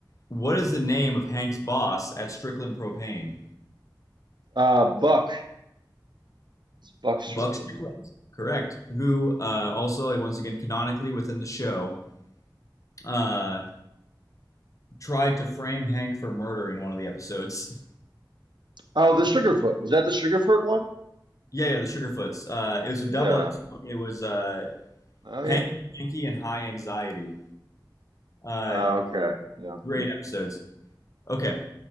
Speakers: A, on the left (about 45°); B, on the right (about 70°).
A: what is the name of Hank's boss at Strickland Propane?
B: Uh, Buck. It's Buck Strickland.
A: Buck Strickland, correct. Who uh, also, like, once again, canonically within the show, uh, tried to frame Hank for murder in one of the episodes.
B: Oh, the Sugarfoot. Was that the Sugarfoot one?
A: Yeah, yeah, the Sugarfoots. Uh, it was a
B: Yeah.
A: double episode. It was uh,
B: Oh, yeah.
A: Hanky, Hanky, and High Anxiety. Uh,
B: Oh, okay. Yeah.
A: great episodes. Okay,